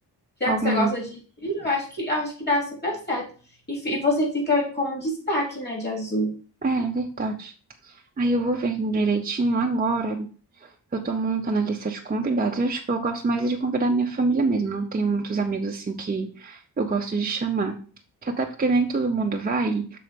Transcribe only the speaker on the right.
Algum.
É, é verdade. Aí eu vou ver direitinho agora. Eu tô montando a lista de convidados. Eu acho que eu gosto mais de convidar minha família mesmo. Não tenho muitos amigos assim que eu gosto de chamar. Que até porque nem todo mundo vai.